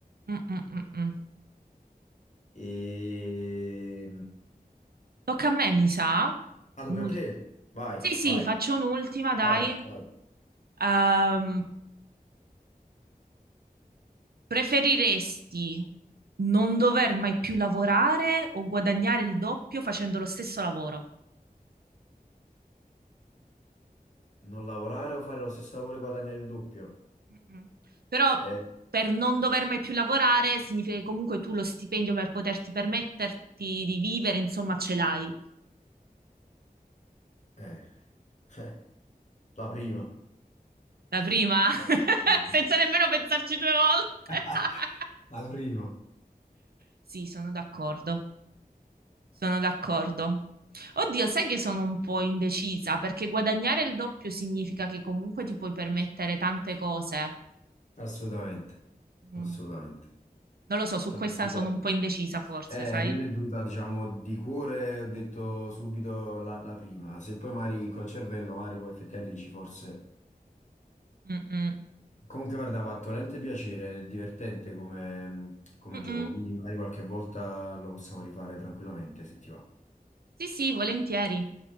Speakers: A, on the right (about 80°); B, on the left (about 50°).
A: Mm, mm, mm, mm.
B: E...
A: Tocca a me, mi sa.
B: Ah, tocca
A: Un'ultima.
B: a te. Vai,
A: Sì, sì,
B: vai,
A: faccio un'ultima, dai.
B: vai, vai.
A: Ehm, preferiresti non dover mai più lavorare o guadagnare il doppio facendo lo stesso lavoro?
B: Non lavorare o fare lo stesso lavoro e guadagnare il doppio?
A: Mm-mm. Però
B: Eh,
A: per non dover mai più lavorare significa che comunque tu lo stipendio per poterti permetterti di vivere, insomma, ce l'hai.
B: eh, eh, la prima.
A: La prima, <laughs>
B: Mhm.
A: senza nemmeno pensarci due volte.
B: <laughs>
A: <laughs>
B: La prima.
A: Sì, sono d'accordo. Sono d'accordo. Oddio, sai che sono un po' indecisa perché guadagnare il doppio significa che comunque ti puoi permettere tante cose.
B: Assolutamente,
A: Mm,
B: assolutamente.
A: Non lo so, su
B: Però
A: questa
B: mi è
A: sono
B: venuta-
A: un po' indecisa forse,
B: eh,
A: sai?
B: a me mi è venuta, diciamo, di cuore, ho detto subito la, la prima. Se poi magari col cervello, magari poi effettivamente dici forse
A: Mm-mm.
B: Comunque, guarda, mi ha fatto veramente piacere, è divertente come, come
A: Mm-mm.
B: gioco, quindi magari qualche volta lo possiamo rifare tranquillamente se ti va.
A: Sì, sì, volentieri.